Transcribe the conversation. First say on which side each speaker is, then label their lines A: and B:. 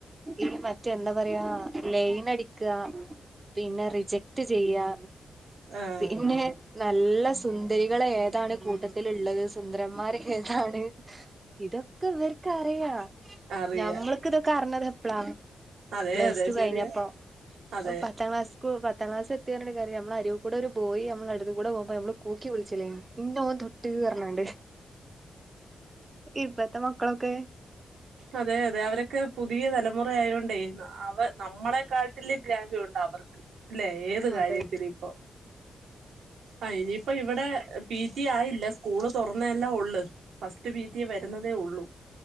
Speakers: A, on the right (about 35°); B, on the right (about 80°).
A: ഈ മറ്റേ എന്താ പറയാ ലൈനടിക്കാ പിന്നെ റിജക്ട് ചെയ്യാ.
B: ആ
A: പിന്നെ നല്ല സുന്ദരികളേതാണ് കൂട്ടത്തില്ള്ളത്, സുന്ദരന്മാർ ഏതാണ് ഇതൊക്കെ ഇവര്ക്കറിയാ.
B: അറിയാ
A: ഞമ്മൾക്ക് തൊക്കെ അർഞ്ഞത് എപ്പളാ
B: അതെ
A: പ്ലസ്
B: അതെ
A: ടു
B: ശരിയാ
A: കഴിഞ്ഞപ്പം.
B: അതെ
A: പത്താം ക്ലാസ് ക്കു പത്താ ക്ലാസ് എത്തീർഞ്ഞിട്ട് കാര്യല്ല. മ്മളെ അരൂകൂടൊരു ബോയ് അമ്മളെ അട്ത്ത് കൂടെ പോക്മ്പം നമ്മള് കൂക്കി വിളിച്ചിലേ ഇന്നെ ഓൻ തൊട്ട് ർഞ്ഞാണ്ട്. ഇപ്പത്തെ മക്കളൊക്കേ
B: അതെ അതെ. അവരൊക്കെ പുതിയ തലമുറ ആയോണ്ടേ ന്ന അവ നമ്മളെക്കാ ട്ടില് ഗ്രാഹ്യം ഒണ്ട് അവർക്ക്. അല്ലെ ഏത്
A: അതെ
B: കാര്യത്തിലും ഇപ്പൊ. അയിന് പ്പം ഇവടെ പി റ്റി ആയില്ല സ്കൂള് എല്ലാം ഉള്ള് ഫസ്റ്റ് പി റ്റി വരുന്നതേ ഉള്ളു